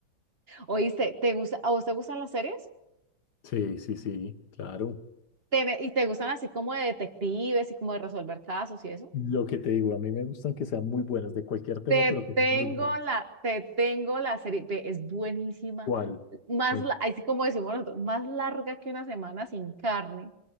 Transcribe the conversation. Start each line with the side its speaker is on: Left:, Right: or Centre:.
Right: Oíste, ¿te gusta, a vos te gustan las series?
Left: Sí, sí, sí, claro.
Right: Tene- ¿Y te gustan así como de detectives y como de resolver casos y eso?
Left: Lo que te digo, a mí me gustan que sean muy buenas, de cualquier tema,
Right: Te
Left: pero que
Right: tengo
Left: sean muy buenas.
Right: la, te tengo la serie, ve, es buenísima,
Left: ¿Cuál?
Right: más,
Left: Bueno.
Right: la- así como decimos nosotros, más larga que una semana sin carne,